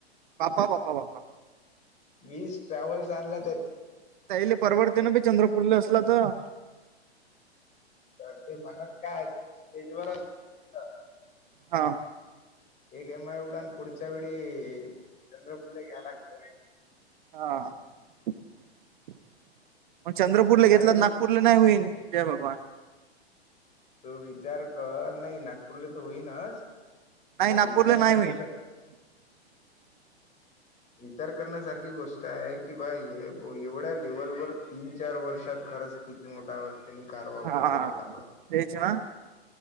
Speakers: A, on the right (about 50°); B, on the left (about 20°).
A: बाप्पा बाप्पा बाप्पा.
B: वीस ट्रॅव्हल्स आणला तर
A: त्याले परवडते ना बी चंद्रपूरला असला तर.
B: तर ते म्हणत काय हाय ते स्टेजवरच म्हणत
A: हा.
B: एक एम आय उडाण पुढच्या वेळी चंद्रपूर ला घ्यायला लागत.
A: हा मग चंद्रपूरला घेतलात
B: काही
A: ना.
B: मग
A: पुरलं नाय होईन के बाबा.
B: तू विचार कर नाही ना. रले तर होई नाच
A: नाही
B: पण
A: नागपूरला
B: विचार
A: नाही
B: करण्यासा
A: होईल <inaudible>
B: विचार करण्यासारखी गोष्ट आहे की बा एवढ्या लेव्हलवर तीन चार वर्षात खरंच किती मोठा त्यांनी कारभार
A: हा
B: उभा करून टाकला.
A: तेच ना.